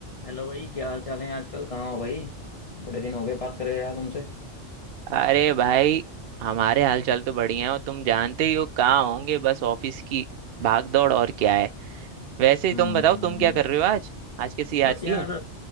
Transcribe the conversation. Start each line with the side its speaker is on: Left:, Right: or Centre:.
Left: Hello भाई क्या हाल चाल है आजकल कहाँ हो भाई बड़े दिन हो गए बात करे यार तुमसे
Right: अरे भाई हमारे हालचाल तो बढ़िया है और तुम जानते ही हो कहाँ होंगे बस ऑफिस की भाग दौड़ और क्या है वैसे ही
Left: हम्म
Right: तुम बताओ तुम क्या कर रहे हो आज आज कैसे याद
Left: बस
Right: किए
Left: यार